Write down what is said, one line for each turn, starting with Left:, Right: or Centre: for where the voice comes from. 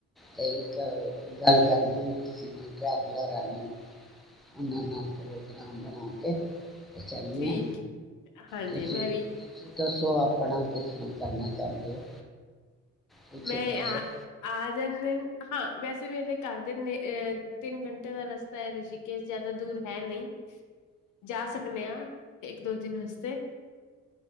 Centre: ਤੇ ਇੱਕ ਗੱਲ ਕਰਨੀ ਆ ਟਰੈਵਲਰੇ ਉਹਨਾਂ ਨਾਲ ਪ੍ਰੋਗਰਾਮ ਬਣਾ ਕੇ ਚੱਲਦੇ
Left: ਠੀਕ
Centre: ਹਾਂ
Left: ਹਾਂਜੀ
Centre: ਤੁਸੀਂ
Left: ਮੈਂ ਵੀ
Centre: ਤੁਸੀਂ ਦੱਸੋ ਆਪਣਾ ਕਿਸ ਤਰ੍ਹਾਂ ਕਰਨਾ ਚਾਹੁੰਦੇ ਹੋ ਕੁਛ
Left: ਮੈਂ
Centre: ਦੱਸੋ
Left: ਆ ਆਜ ਹਾਂ ਵੈਸੇ ਮੇਰੇ ਘਰ ਦੇ ਤਿੰਨ ਘੰਟੇ ਦਾ ਰਸਤਾ ਹੈ ਰਿਸ਼ੀਕੇਸ਼ ਜਿਆਦਾ ਦੂਰ ਹੈ ਨਹੀਂ ਜਾ ਸਕਦੇ ਆਾਂ ਇੱਕ ਦੋ ਦਿਨ ਵਾਸਤੇ